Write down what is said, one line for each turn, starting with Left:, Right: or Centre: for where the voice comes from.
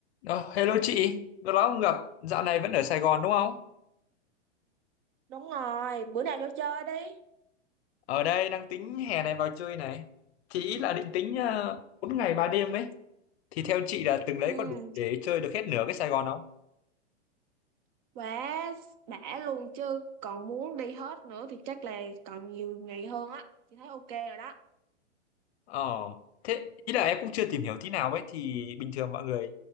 Left: Ờ, hello chị, lâu lắm không gặp, dạo này vẫn ở Sài Gòn đúng không?
Right: Đúng rồi, bữa nào vô chơi đi.
Left: Ở đây đang tính hè này vào chơi này. Chị ý là định tính uh, 4 ngày 3 đêm ấy, thì theo chị là từng
Right: Ừ,
Left: đấy có đủ để chơi được hết nửa cái Sài Gòn không?
Right: quá đã luôn chứ. Còn muốn đi hết nữa thì chắc là còn nhiều ngày hơn á. Chị thấy ok rồi đó.
Left: Ờ, thế ý là em cũng chưa tìm hiểu tí nào ấy, thì bình thường mọi người